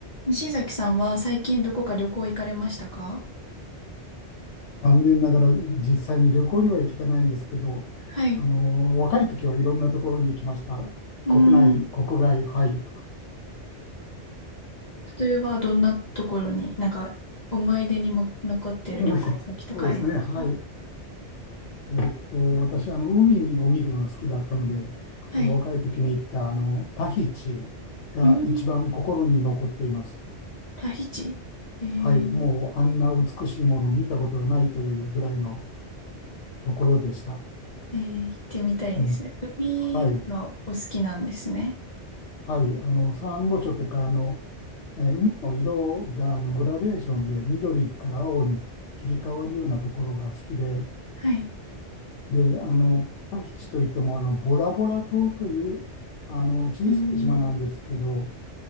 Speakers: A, on the left (about 40°); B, on the left (about 75°).
A: 西崎さんは最近どこか旅行行かれましたか
B: 残念ながら実際に旅行には行けてないんですけど、
A: はい。う
B: あの、若い時はいろんなところに行きました。
A: ーん。
B: 国内、国外、はい。
A: 例えば、どんなところに、なんか、思い出にも残ってる旅行先とかありますか
B: 思い出、そうですね、はい。えっと、私、あの、海を見るのが好きだったので、
A: はい。
B: え若い時に行った、あの、タヒチが一番心に残っています。
A: うーん。タヒチ。えー、
B: はい。もう、あんな美しいものを見たことがないというぐらいのところでした。
A: えー行ってみたいですね。
B: うん。
A: 海がお好きなんですね。
B: はい。はい。あの、サンゴ礁というか、あの、えー海の色があのグラデーションで緑から青に切り替わるようなところが好きで、
A: はい。
B: で、あの、タヒチといってもあのボラボラ島というあの小さい島なんですけど、
A: うーん。